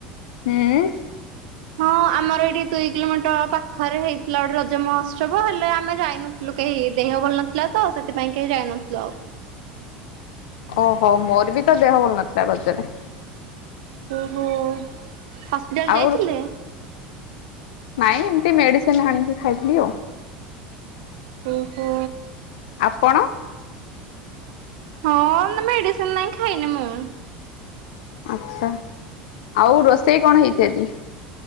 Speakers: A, on the left; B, on the right.
A: ହୁଁ
B: ହଁ ଆମର ଏଇଠି ଦୁଇ କିଲୋମିଟର ପାଖରେ ହେଇଥିଲା ଗୋଟେ ରଜ ମହୋତ୍ସବ ହେଲେ ଆମେ ଯାଇନୁୁ। ଥିଲୁ କେହି ଦେହ ଭଲ ନଥିଲା ତ ସେଥିପାଇଁ କେହି ଯାଇନଥିଲୁ ଆଉ।
A: ଓହୋ ମୋର ବି ତ ଦେହ ଭଲ ନଥିଲା ରଜରେ।
B: ଓହୋ ହସ୍ପିଟାଲ
A: ଆଉ
B: ଯାଇଥିଲେ?
A: ନାଇଁ ଏମିତି ମେଡିସିନ ଆଣିକି ଖାଇଥିଲି ଆଉ।
B: ଓହୋ।
A: ଆପଣ?
B: ହଁ ନା ମେଡିସିନ ନହିଁ ଖାଇନି ମୁଁ।
A: ଆଛା ଆଉ ରୋଷେଇ କଣ ହେଇଛି ଆଜି?